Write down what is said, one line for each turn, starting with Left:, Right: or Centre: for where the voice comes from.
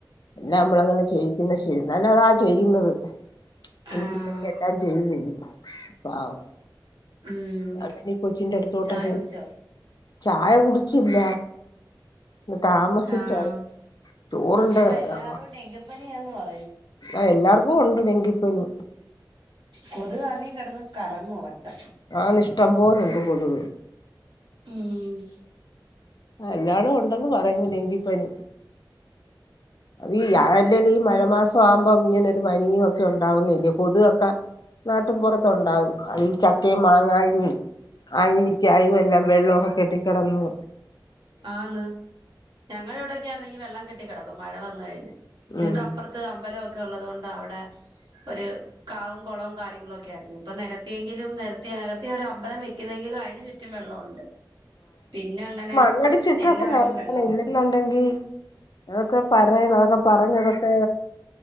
Left: എല്ല നമ്മള അങ്ങനെ ചെയ്യിക്കുന്ന ശരി നല്ലതാ ചെയ്യുന്നത് എനിക്ക്
Right: ആഹ്
Left: തന്നെ എല്ലാം ചെയ്തി പാവം
Right: ഉം
Left: അന്നീ കൊച്ചിന്റെ അടുത്തോട്ടൊ
Right: ചായ കുടിച്ചോ
Left: ചായ കുടി ചില്ല ഇ താമസിച്ചായി
Right: ആഹ്
Left: റ്റുറണ്ട്
Right: ഇപ്പ എല്ലാടോം
Left: ആ
Right: <unintelligible>
Left: ആ എല്ലാർക്കും ഉണ്ട് അങ്കിപ്പനി
Right: കൊതുക് അറങ്ങി കിടന്ന് കറങ്ങുവ വട്ടം
Left: അ നിഷ്ട പോലുണ്ട് പൊതുക്
Right: ഉം
Left: എല്ലാളും ഉണ്ടന്ന് പറയുന്നു ഡെങ്കിപ്പനി അ ഈ അതല്ലല്ല ഈ മഴ മാസം ആവുമ്പോം ഇങ്ങനൊ ഒരു പനിയും ഒക്കെ ഉണ്ടാവുന്നില്ലേ പൊതുവൊക്കെ നാട്ടൻ പുുറത്ത
Right: ഉം
Left: ഉണ്ടാാവും അതിഈ ചക്കയും മാങ്ങായും ആഞ്ഞിലിക്കായും എല്ലാം വെള്ളവും ഒ കെട്ടിക്കടന്ന്
Right: ആന്ന് ഞങ്ങളുടെ ഇവിടൊക്കൊയാണെങ്കി വെള്ളം കെ ട്ടി കിടക്കും മഴ വന്ന കഴിഞ്ഞ് ഞങ്ങക്ക്
Left: ഉം
Right: അപ്പറത്ത് അമ്പലം ക്കെ ഉള്ളത് കൊണ്ട് അവിടെ ഒരു കാവും കുളവും കാര്യങ്ങളും ഒക്കെ ആയിരുന്നു ഇപ്പൊ നികത്തിയെങ്കിലും നിരത്തി നികത്തി ഒരു അമ്പലം വെക്കുന്നെങ്കിലും അതിന് ചുറ്റും വെള്ളമുണ്ട് പിന്നെ അങ്ങനെ
Left: ണടിചിട്ടൊക്കെ
Right: എല്ലായിടവും
Left: നിരത്തണം
Right: വെള്ളവാ
Left: ഇല്ലെന്നുണ്ടെങ്കി അതൊക്കെ പറയണം അതൊക്കെ പറഞ്ഞഞ് അതൊക്കെ